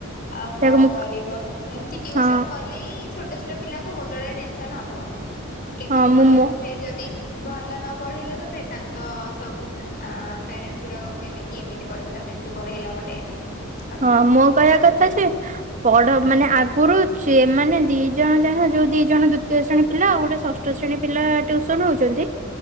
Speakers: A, on the left; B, on the right.
A: ଆଉ କଣ
B: ତାକୁ ମୁଁ
A: କରିବ ଏମତି ଟ୍ୟଉସନ
B: ହଁ
A: କଲେ ଛୋଟ ଛୋଟ ପିଲାଙ୍କୁ ମୁଣ୍ଡରେ ଟେନସନ ହବ କେମିତି
B: ହଁ
A: ପଢେଇବୁ
B: ମୁଁ ମୋ
A: ଫେର ଯଦି ଭଲ ନ ପଢେଇଲେ ତ ଫ ତାଙ୍କ ସବୁ ଅ ପ୍ୟାରେଣ୍ଟସ୍ ଗୁଡାକ କହିବେ ଏମିତି ବଢେଇଲା ସେମିତି ବଢେଇଲା ଗୋଟେ କଥା।
B: ହଁ ମୁଁ କହିବା କଥା ଯେ ବଡ ମାନେ ଆଗରୁମାନୋନେ ଦି ଜଣ ଯାହାୋଉ ଦି ଜଣ ଦ୍ୱିତୀୟ ଶ୍ରେଣୀ ପିଲାଉ ଗୋଟେ ଷଷ୍ ଶ୍ରେଣୀ ପିଲା ଟୁସନ ହଉଛି। ଛନ୍ତି